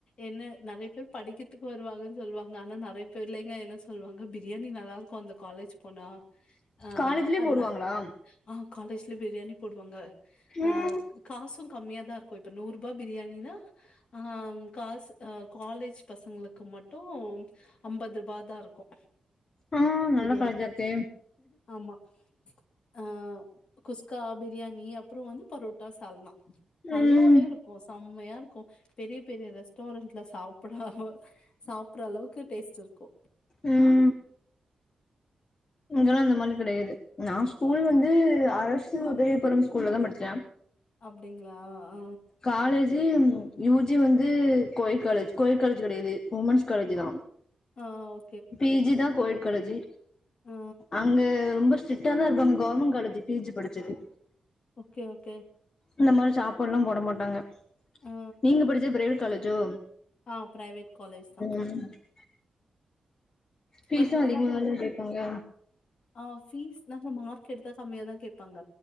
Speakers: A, on the left; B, on the left.
A: என்ன நிறைய பேர் படிக்கிறதுக்கு வருவாங்கன்னு சொல்லுவாங்க ஆனா நிறைய பேர் இல்லைங்க என்ன சொல்லுவாங்க பிரியாணி நல்லா இருக் குந்த காலேஜ் போனா ஆ
B: காலேஜ்லயே
A: அண்ணா
B: போடுவாங்களா
A: ஆ காலேஜ்ல பிரியாணி போடுவாங்க ஆ
B: ம்
A: காசு கம்மியாதா இருக்கு இப்ப நூறு ரூபா பிரியாணினா ஆ காசு ஆ காலேஜ் பசங்களுக்கு மட்டு அம்பது ரூபா தா இருக்கு
B: ஆ நல்ல
A: பிரியாணி
B: காலேஜா இருக்கே
A: ஆமா ஆ குஸ்கா பிரியாணி அப்புறோ வந்து போரோட்டா சால்னா நல்லாவே
B: ம்
A: இருக்கு செம்மையா இருக்கு பெரிய பெரிய ரேஸ் டாரன்டுல சாப்பிட சாப்பற அளவுக்கு டேஸ்ட் இருக்கு
B: ம் இங்கெல்லா அந்த மாதிரி கெடையாது நா ஸ்கூல்
A: அ.
B: வந்து அரசு உதவி பெறும் ஸ்கூல்ல தா படிச்சே
A: அப்பிடிங்களா ஆ
B: காலேஜ்ஜி யூ ஜி வந்து கோயிட் காலேஜ் கோயிட் காலேஜ் கெடையாது உமென்ஸ் காலேஜ் தா
A: ஆ ஓ
B: பி ஜி தா கோயிட் காலேஜ்ஜி
A: ஆ
B: அங்க ரொம்ப சிட் சிரிட்டா தா இருப்பாங்க கவர்மெண்ட் காலேஜ் பி ஜி படிச்சது
A: ஓகே ஓகே
B: இந்த மாரி சாப்பாடுல்லா போட மாட்டாங்க
A: ஆ
B: நீங்க படிச்சது பிரைவேட் காலேஜ்ஜோ
A: ஆ பிரைவேட் காலேஜ் தா
B: ம் ஃபீஸு
A: பட் நல்லா
B: அதிகமா
A: தான்
B: தான
A: இருக்கும்.
B: கேப்பாங்க
A: ஆ ஃபீஸ் நம்ம மார்க் எடுத்தா கம்மியாதா கேப்பாங்க